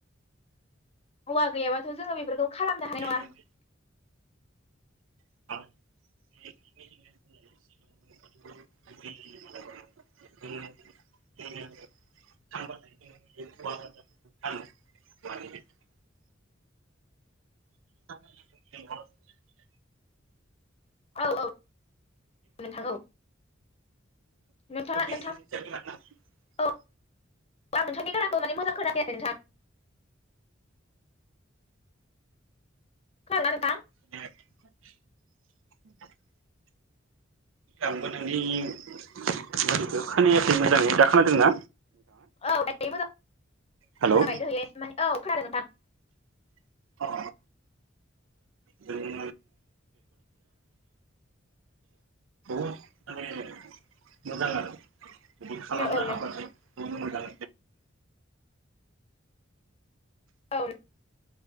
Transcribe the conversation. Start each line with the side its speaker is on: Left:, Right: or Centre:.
Left: औवा गैयाबाथ' जोङो बेफोरखौ खालामनो
Right: औवानि
Left: हानाय नङा
Right: <inaudible> <unintelligible> <unintelligible> <unintelligible>
Left: औ औ नोंथां औ
Right: <unintelligible>
Left: नोंथाङा नोंथां औ आं नोंथांनि गारांखौ माने मोजां खोनाखै आरो नोंथां खोनादोंना नोंथां
Right: <unintelligible> आंबो नोंनि <unintelligible> खोनायाखै मोजाङै दाखोनादोंना
Left: औ दायो मोजां
Right: हेलौ
Left: खोनाबाय दहायो माने औ खोनादों नोंथां
Right: <unintelligible> जों बे <unintelligible> <unintelligible> माने मोजां आरो <unintelligible> खालामनो
Left: औ नों
Right: हाबाथाय मोजां
Left: <unintelligible>